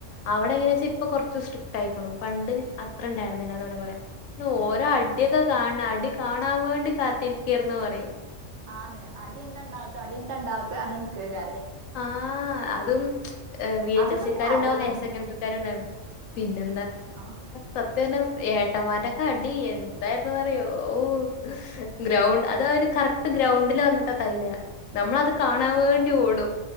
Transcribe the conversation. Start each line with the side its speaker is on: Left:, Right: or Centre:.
Left: അവിടെഎങ്ങനെയാവച്ചാ, ഇപ്പൊകൊറച്ചു സ്ട്രിക്ട് ആയിക്കണു, പണ്ട് അത്ര ഉണ്ടായിരുന്നില്ലാന്ന് പറയ. ഓരോ അടിയൊക്കെ കാണ. അടി കാണാൻ വേണ്ടി കാത്തിരിക്കർന്ന് പറയും.
Right: ആന്ന്. അടി എന്താണ്ടാവത്തോ അടിയ എന്താ ഉണ്ടാവത്ത നിന്ന് നിക്കയ്ക്കാരം.
Left: ആ് അതും ബി എച്ച്
Right: അതൊക്കെ
Left: എസ് സിക്കാരുണ്ടാവും
Right: ഒരു ഹരായിരുന്നു
Left: ഹയർ സെക്കൻറിക്കാരുണ്ടാവും, പിന്നെ
Right: ആഹ്
Left: സ ഇന്നെ ഏട്ടന്മാരുടെക്കെ അടി എന്തായിുന്നന്ന്റിയോ ഓ ഗ്രൗണ്ട് അതായത് കറക്ട് ഗ്രൗണ്ടിൽ വന്നിട്ട തല്ല, നമ്മളത് കാണാൻ വേണ്ടി ഓടും.